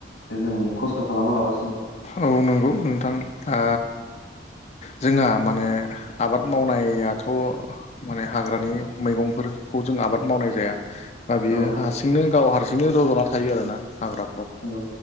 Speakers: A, on the left; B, on the left.
A: जों खस्थ' खालामा लाबासिनो
B: औ नंगौ नोंथां आ जोंहा माने आबाद मावनायाथ' माने हाग्रानि मैगंफोरखौ जों आबाद मावनाय जाया। दा बेयो
A: औ
B: हारसिंनो गाव हारसिंनो रज'ना थायो आरोना हाग्रा
A: औ